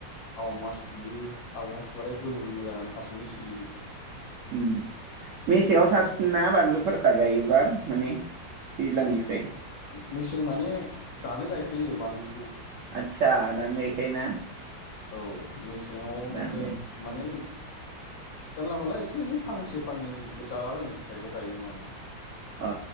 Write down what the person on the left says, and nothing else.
आवमा सुयो आवमा सुबाथाय गोमो गोमो जानानै हारसिंनि सिरिजोबो
मेचं माने दानो गायखायो बानलु
औ मेसेङाव
माने जानला मोनला एसे एनै फांसे फांनैखौ जालाबायनो थाखायल गायो माने